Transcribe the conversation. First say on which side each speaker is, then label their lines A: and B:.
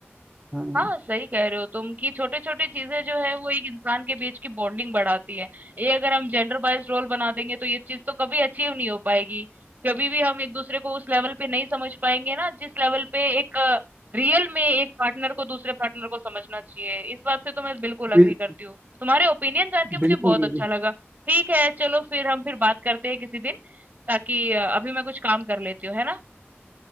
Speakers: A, on the right; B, on the right.
A: हाँ
B: हाँ सही कह रहे हो तुम कि छोटे छोटे चीजें जो है वो एक इंसान के बीच की बॉन्डिंग बढ़ाती है ये अगर हम जेंडर बाइज रोल बना देंगे तो ये चीज तो कभी अचीव नहीं हो पाएगी कभी भी हम एक दूसरे को उस लेवल पे नहीं समझ पाएंगे ना जिस लेवल पे एक रियल में एक पार्टनर को दूसरे पार्टनर को समझना चाहिए इस बात से तो मैं बिल्कुल अग्री
A: बिल,
B: करती हूँ तुम्हारे ओपिनियन जान के मुझे
A: बिल्कुल
B: बहुत
A: बिल्कुल
B: अच्छा लगा ठीक है चलो फिर हम फिर बात करते हैं किसी दिन ताकि अ, अभी मैं कुछ काम कर लेती हूँ है ना